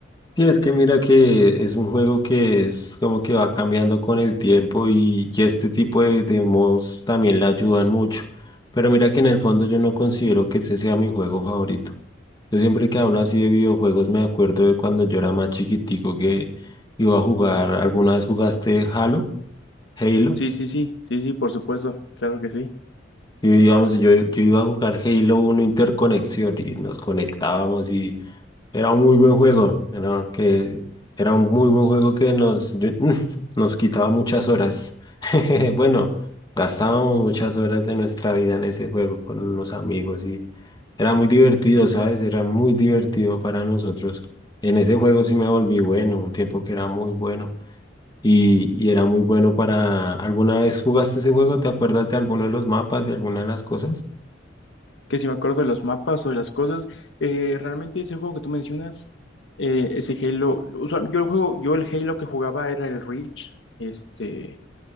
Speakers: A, on the left; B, on the left.
A: Sí, es que mira que es un juego que es como que va cambiando con el tiempo y, y este tipo de, de modos también le ayudan mucho. Pero mira que en el fondo yo no considero que ese sea mi juego favorito. Yo siempre que hablo así de videojuegos me acuerdo de cuando yo era más chiquitico que iba a jugar, ¿alguna vez jugaste Halo? Halo.
B: Sí, sí, sí, sí, sí, por supuesto, claro que sí.
A: Y íbamos, yo, yo iba a jugar Halo Uno Interconexión y nos conectábamos y Era un muy buen juego, era, que, era un muy buen juego que nos, yo- <laughs> nos quitaba muchas horas. <laughs> Bueno, gastábamos muchas horas de nuestra vida en ese juego con los amigos y era muy divertido, ¿sabes? Era muy divertido para nosotros. En ese juego sí me volví bueno, un tiempo que era muy bueno y, y era muy bueno para... ¿Alguna vez jugaste ese juego? ¿Te acuerdas de alguno de los mapas, de alguna de las cosas?
B: que si me acuerdo de los mapas o de las cosas, eh, realmente ese juego que tú mencionas, eh, ese Halo, usual- yo el juego, yo el Halo que jugaba era el Reach, este,